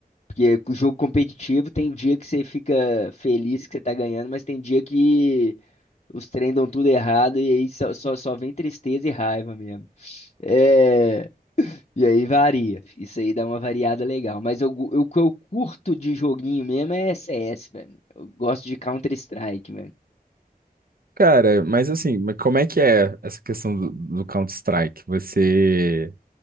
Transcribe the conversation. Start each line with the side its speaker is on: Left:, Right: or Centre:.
Left: Porque o jogo competitivo tem dia que você fica feliz que você tá ganhando, mas tem dia que os trem dão tudo errado e aí só, só, só vem tristeza e raiva mesmo. É. E aí varia. Isso aí dá uma variada legal. Mas eu, gu- eu- o que eu curto de joguinho mesmo é C S, velho. Eu gosto de Counter-Strike, velho.
Right: Cara, mas assim, mas como é que é essa questão do, do Counter-Strike? Você